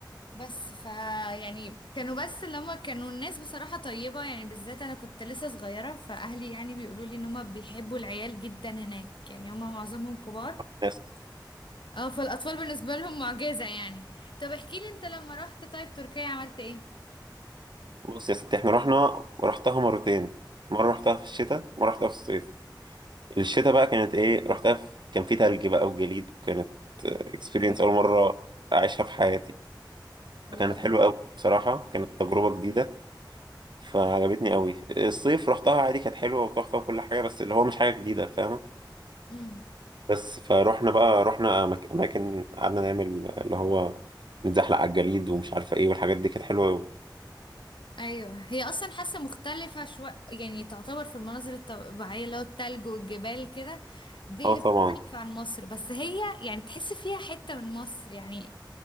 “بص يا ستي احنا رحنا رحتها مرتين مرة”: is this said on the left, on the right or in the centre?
Right